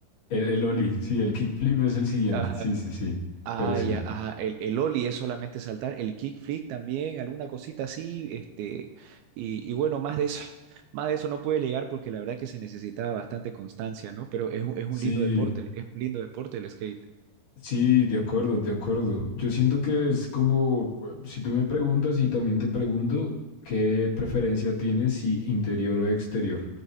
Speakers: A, on the left; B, on the right.
A: El, el ollie, sí, el kickflip es el siguiente.
B: Ajá.
A: Sí, sí, sí.
B: Ah,
A: Pero sí.
B: ya, ajá. El, el ollie es solamente saltar, el kickflip también, alguna cosita así, este, y, y bueno, más de eso, <laughs> más de eso no pude llegar porque la verdad que se necesitaba bastante constancia, ¿no? Pero es, un- es un
A: Sí,
B: lindo deporte, es un lindo deporte el skate.
A: Sí, de acuerdo, de acuerdo. Yo siento que es como, eh, si tú me preguntas y también te pregunto, ¿qué preferencia tienes si interior o exterior?